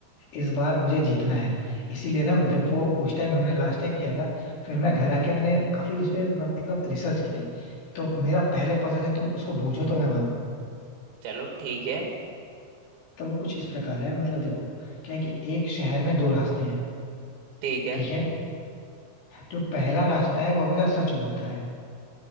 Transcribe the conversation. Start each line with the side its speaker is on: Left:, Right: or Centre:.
Left: इस बार मुझे जीतना है इसीलिए ना जब वो उस टाइम हमने लास्ट टाइम किया था फिर मैं घर आके मैंने काफी उस पे मतलब रिसर्च की थी तो मेरा पहले पजल है तुम उसको बूझो तो मैं मानूं
Right: चलो ठीक है
Left: तो वो कुछ इस प्रकार है मतलब देखो क्या है कि एक शहर में दो रास्ते हैं
Right: ठीक है
Left: ठीक है जो पहला रास्ता है वो हमेशा सच बोलता है